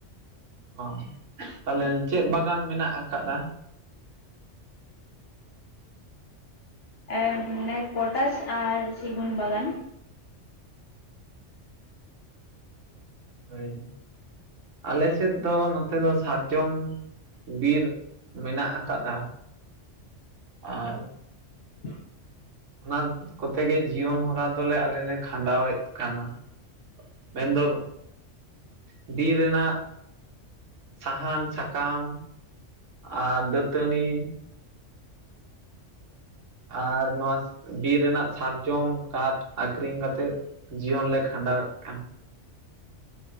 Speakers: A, on the right (about 80°); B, on the left (about 60°).
A: ᱦᱚᱸ, ᱛᱟᱦᱞᱮ ᱪᱮᱫ ᱵᱟᱜᱟᱱ ᱢᱮᱱᱟᱜ ᱟᱠᱟᱫ-ᱟ᱾
B: ᱮᱸ, ᱢᱟᱱᱮ ᱯᱚᱴᱟᱥ ᱟᱨ ᱥᱤᱜᱩᱱ ᱵᱟᱜᱟᱱ᱾
A: ᱦᱳᱭ, ᱟᱞᱮ ᱥᱮᱫ ᱫᱚ ᱱᱚᱛᱮ ᱫᱚ ᱥᱟᱨᱡᱚᱢ᱾ ᱵᱤᱨ ᱢᱮᱱᱟᱜ ᱟᱠᱟᱫ-ᱟ ᱟᱨ
B: <inaudible>
A: ᱚᱱᱟ ᱠᱚᱛᱮ ᱜᱮ ᱡᱤᱭᱚᱱ ᱦᱚᱨᱟ ᱫᱚᱞᱮ ᱟᱞᱮ ᱞᱮ ᱠᱷᱟᱸᱰᱟᱣᱮᱫ ᱠᱟᱱᱟ ᱢᱮᱱᱫᱚ ᱵᱤᱨ ᱨᱮᱱᱟᱜ ᱥᱟᱦᱟᱱ ᱥᱟᱠᱟᱢ ᱟᱨ ᱫᱟᱹᱛᱟᱹᱱᱤ᱾ ᱟᱨ ᱱᱚᱣᱟ ᱵᱤᱨ ᱨᱮᱱᱟᱜ ᱥᱟᱨᱡᱚᱢ ᱠᱟᱴ ᱟᱠᱷᱨᱤᱧ ᱠᱟᱛᱮᱫ᱾ ᱡᱤᱭᱚᱱᱞᱮ ᱠᱷᱟᱸᱰᱟᱣᱮᱫ ᱠᱟᱱᱟ᱾